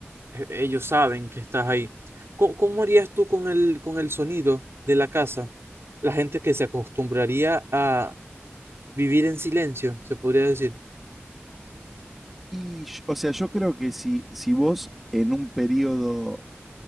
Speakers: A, on the right; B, in the centre.
A: E- Ellos saben que estás ahí. ¿Cómo, cómo harías tú con el, con el sonido de la casa? La gente que se acostumbraría a vivir en silencio, se podría decir.
B: Y, yo- o sea, yo creo que si, si vos en un periodo,